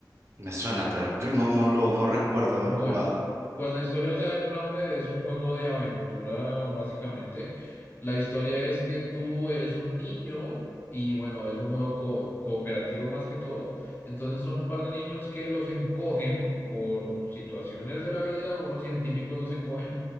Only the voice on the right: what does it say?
Me suena, pero creo- no, no lo, no recuerdo haberlo
jugado.